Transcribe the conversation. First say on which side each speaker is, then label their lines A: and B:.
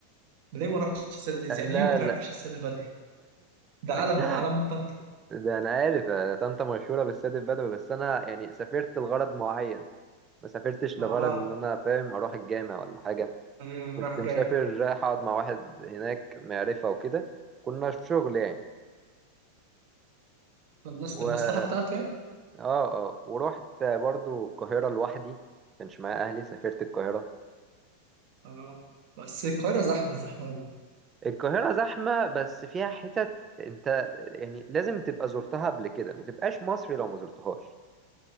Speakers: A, on the right (about 45°); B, on the right (about 20°).
A: ليه ما رحتش السيد
B: لا
A: يعني ايه ما تروحش
B: لا
A: السيد البدوي ده علم
B: <laughs>
A: من اعلام طنطا
B: ده انا عارف آه، طنطا مشهوره بالسد البدوي بس انا يعني سافرت لغرض معين ما سافرتش
A: اه
B: لغرض ان انا فاهم اروح الجامع ولا حاجه
A: ايوه
B: كنت
A: راح
B: مسافر
A: جاي
B: رايح اقعد مع واحد هناك معرفه وكده كنا في شغل يعني
A: خلصت
B: و
A: المصلحه
B: اه
A: بتاعته يعني
B: اه ورحت برضو القاهره لوحدي كانش معايا اهلي سافرت القاهره
A: اه بس القاهره زحمه زحمه قوي
B: القاهره زحمه بس فيها حتت انت يعني لازم تبقى زرتها قبل كده ما تبقاش مصري لو ما زرتهاش